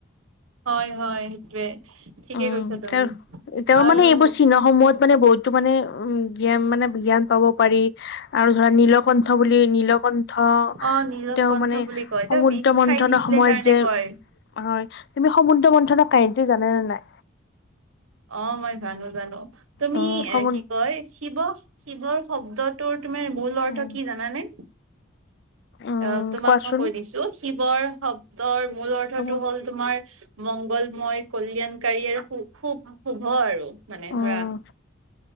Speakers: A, on the right (about 85°); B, on the left (about 55°).
A: হয় হয় সেইটোৱে। ঠিকে
B: উম
A: কৈছা তুমি
B: তেওঁৰ তেওঁৰ
A: আৰু
B: মানে এইবোৰৰ চিহ্নসমূহত মানে বহুতো মানে উম জ্ঞান মানে জ্ঞান পাব পাৰি। আৰু ধৰা নীলকণ্ঠহ বুলি নীলকণ্ঠ ধহ
A: অ নীলৱ
B: তেওঁ
A: কণ্ঠ
B: মানে সমুদ্ৰ
A: বুলি কয় তেওঁ বিষ
B: মন্থনৰ
A: খাই দিছিলে
B: সময়ত
A: কাৰণে
B: যে
A: কয়
B: হয় তুমি সমুদ্ৰ মন্থনৰ কাহিনীটো জানেনে নাই?
A: অ মই জানোঁ জানোঁ তুমি
B: উম
A: এ
B: সমু
A: কি কয় শিৱ শিৱৰ শব্দত তোৰ তোমাৰ মূল
B: উম
A: অৰ্থ কি জানানে?
B: উম
A: আপ তোমাক
B: কোৱাচোন
A: মই কৈ দিছোঁ শিৱৰ শব্দৰ মূল অৰ্থটো
B: উম
A: হ'ল তোমাৰ মংগলময় কল্যাণকাৰী আৰু খুব শুভ আৰু মানে
B: উম
A: ধৰাহ